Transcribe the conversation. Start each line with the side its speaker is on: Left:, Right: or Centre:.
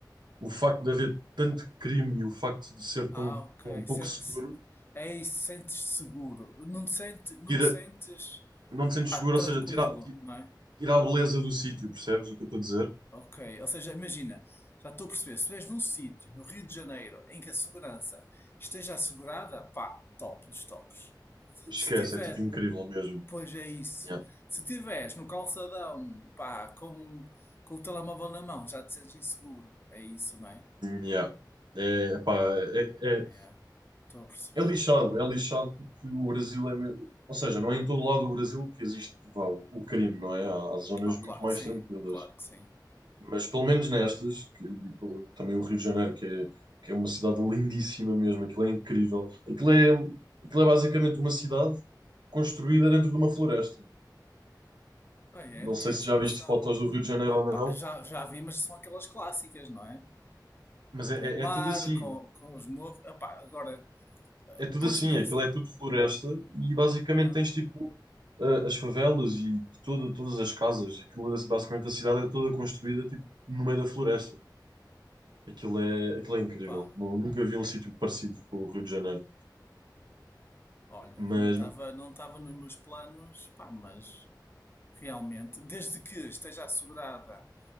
Right: o facto de haver tanto crime e o facto de ser
Left: Ah,
Right: tão
Left: ok.
Right: um pouco
Left: Sentes,
Right: seguro,
Left: é isso, sentes-te seguro. Não te sentes, não
Right: tira,
Left: te sentes,
Right: não te sentes
Left: pá,
Right: seguro,
Left: tranquilo,
Right: ou seja, tira, ti-
Left: não é?
Right: tira a beleza do sítio, percebes o que eu estou a dizer?
Left: Ok. Ou seja, imagina, já estou a perceber, se vês num sítio, no Rio de Janeiro, em que a segurança esteja assegurada, pá, top dos tops.
Right: Esquece,
Left: Se tiver,
Right: é tipo incrível mesmo.
Left: pois é isso.
Right: Yeah.
Left: Se tiveres no calçadão, pá, com, com o telemóvel na mão, já te sentes inseguro. É isso, não é?
Right: Yeah. É, epá, é,
Left: Yeah,
Right: é,
Left: Estou a perceber.
Right: É lixado, é lixado porque o Brasil é. me- Ou seja, não é em todo lado do Brasil que existe, vá, o o crime, não é? Há, há zonas
Left: Ah,
Right: muito
Left: claro
Right: mais
Left: que sim,
Right: tranquilas.
Left: claro que sim.
Right: Mas pelo menos nestas, que- e pelo- também o Rio de Janeiro, que é, que é uma cidade lindíssima mesmo, aquilo é incrível. Aquilo é, aquilo é basicamente uma cidade construída dentro de uma floresta.
Left: Bem,
Right: Não
Left: é, não
Right: sei
Left: tinha
Right: se
Left: essa
Right: já
Left: noção.
Right: viste fotos do
Left: Hum.
Right: Rio de Janeiro ou
Left: Pá,
Right: não,
Left: já, já vi, mas são aquelas clássicas, não é?
Right: mas é,
Left: Com o
Right: é- é
Left: mar,
Right: tudo assim.
Left: com, com os morros. Ah, pá, agora,
Right: É tudo
Left: posto
Right: assim,
Left: nessa.
Right: aquilo é tudo floresta e basicamente
Left: Ah,
Right: tens tipo a- as favelas e todo, todas as casas. Aquilo, é- basicamente a cidade é toda construída tipo no meio da floresta. Aquilo é, aquilo é incrível.
Left: pá,
Right: Nu- nunca vi um sítio parecido com o Rio de Janeiro.
Left: olha,
Right: Mas
Left: que não estava não estava nos meus planos, pá, mas realmente, desde que esteja assegurada,